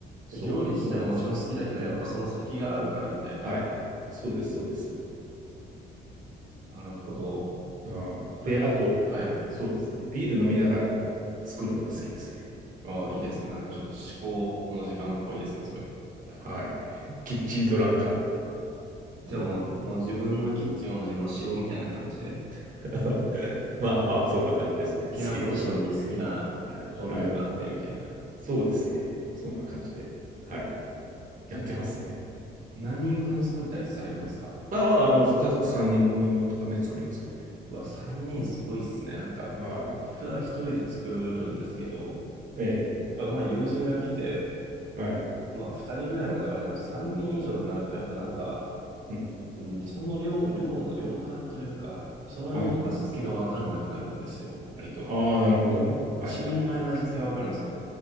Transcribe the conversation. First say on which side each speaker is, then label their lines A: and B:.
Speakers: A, on the right (about 40°); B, on the right (about 80°).
A: そう、
B: 料理自体もちろん好きだけど、
A: そうなんですよ。
B: やっぱその先があるからみたいな。
A: はい。そうです、そうです。
B: なるほど。
A: うん、
B: それが、
A: で、あと、
B: はい。
A: そうですね。ビール飲みながら作るのが好きですね。
B: ああ、いいですね。なんかちょっと思考の時間っぽいですね、それ。
A: はい。キッチントランカーで。
B: じゃあもう、もう自分のキッチンはもう自分の城みたいな感じで、
A: <laughs> まあまあ、そんな感じですね。好きな調味。
B: 好きなポジションに好きな調味料があってみたいな。
A: はい。はい。そうですね。そんな感じで。はい。やってますね。
B: え何人分作ったりされるんですか
A: まあまあ、あの、家族3人分とかね、作りますけどね。
B: うわ、3人すごいっすね。なんか、
A: はい。
B: 普段一人で作るんですけど、
A: え
B: やっぱまあ友人が来て、
A: え、はい、
B: まあ2人ぐらいまではあれなんです。3人以上となると、やっぱなんか、
A: うん、
B: うん、その量、量の量感というか、その量の味付けがわかんなくなるんですよ、
A: はい。
B: 割と。
A: ああ、なるほどね。
B: 一人前の味付けはわかるんですけど、
A: はいはいはい。